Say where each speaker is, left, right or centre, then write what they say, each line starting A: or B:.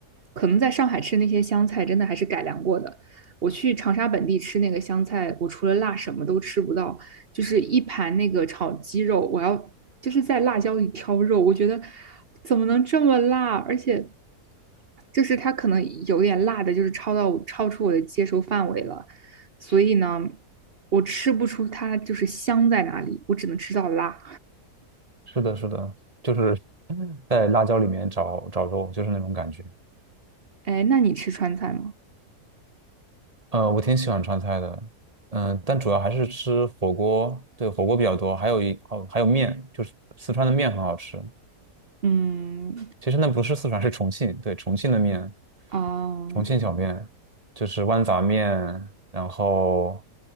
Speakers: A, on the right; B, on the right.
A: 可能在上海吃那些湘菜，真的还是改良过的。我去长沙本地吃那个湘菜，我除了辣什么都吃不到，就是一盘那个炒鸡肉，我要就是在辣椒里挑肉，我觉得怎么能这么辣？而且就是它可能有点辣的，就是超到超出我的接受范围了，所以呢，我吃不出它就是香在哪里，我只能吃到辣。
B: 是的，是的，就是在辣椒里面找找肉，就是那种感觉。
A: 哎，那你吃川菜吗？
B: 呃，我挺喜欢川菜的，嗯，但主要还是吃火锅，对，火锅比较多，还有一哦，还有面，就是四川的面很好吃。
A: 嗯，
B: 其实那不是四川，是重庆，对，重庆的面，
A: 啊，
B: 重庆小面，就是豌杂面，然后